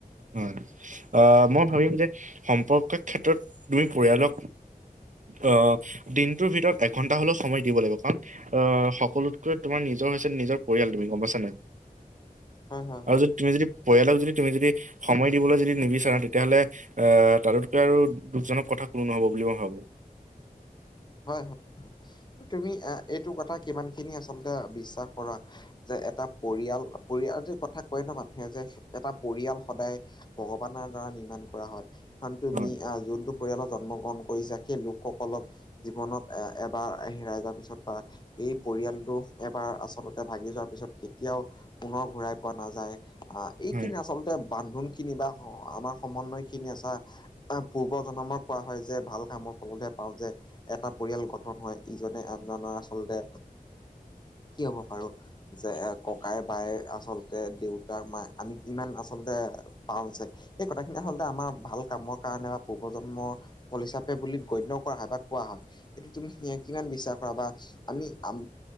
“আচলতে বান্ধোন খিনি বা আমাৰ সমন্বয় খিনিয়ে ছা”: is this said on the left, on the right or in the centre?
Left